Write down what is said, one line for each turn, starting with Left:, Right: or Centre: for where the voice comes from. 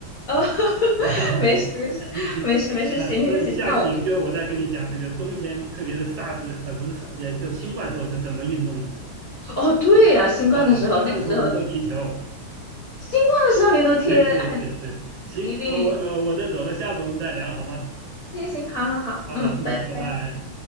Left: 哦，
Right: 嗯，
Left: <laughs>
Right: <laughs>
Left: 没事没事没事没事，
Right: 行行，那那你下次有机会我再跟你讲这个冬天，
Left: 行行行，那我。
Right: 特别是 SARS 呃不是 SARS 呃就新冠时候是怎么运动的
Left: 哦，对呀、新冠的时候，
Right: 啊、新冠的时候我们都踢球，
Left: 那个时候新冠的时候你都贴，
Right: <laughs> 对对对对，
Left: 哎，
Right: 行，
Left: 你一定
Right: 我我呃我都走了，下次我们再聊好吗？
Left: 行行，好好好，
Right: 好好，
Left: 嗯，
Right: 嗯，
Left: 拜拜。
Right: 拜拜。